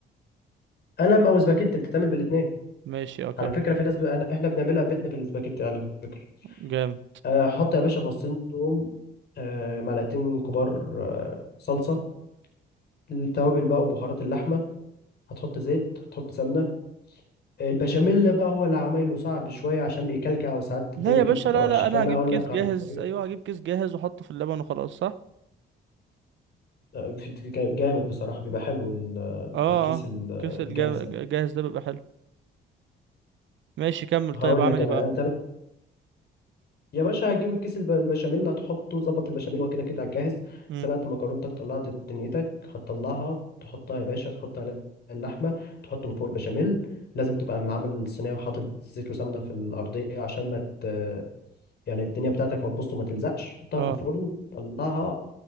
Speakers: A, on the left; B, on the right.
A: قلم او سباكيتي بتتعمل بالاتنين
B: ماشي اه كمل
A: على فكرة في ناس ب... أنا- احنا بنعملها بيتنا في الاسباجيتي على فكرة
B: جامد
A: آه، حط يا باشا فصين توم آه، معلقتين كبار آه، صلصة التوابل بقى وبهارات اللحمة هتحط زيت هتحط سمنة البشاميل بقى هو اللي عمايله صعب شوية عشان بيكلكع وساعات الدنيا
B: لا يا
A: فيه
B: باشا
A: بتبقى
B: لا
A: وحشة
B: لا
A: فأنا
B: انا هجيب
A: هقول
B: كيس
A: لك
B: جاهز
A: على طريقة
B: ايوه هجيب كيس جاهز واحطه في اللبن وخلاص صح؟
A: آه، في- جامد بصراحة بيبقى حلو ال-
B: اه
A: الكيس
B: آه.
A: ال-
B: كيس الجاهز
A: الجاهز يعني
B: ده بيبقى حلو ماشي كمل
A: هقول
B: طيب اعمل
A: لك
B: ايه
A: أنا
B: بقى؟
A: أنت يا باشا هتجيب الكيس الب- البشاميل هتحطه ظبط البشاميل هو كده كده على الجاهز
B: امم
A: سلقت مكرونتك طلعت دنيتك هتطلعها تحطها يا باشا تحط عليها اللحمة تحط من فوق البشاميل لازم تبقى معامل الصينية وحاطط زيت وسمنة في الأرضية عشان ما ت... يعني الدنيا بتاعتك ما تبص وما تلزقش حطها
B: اه
A: في الفرن طلعها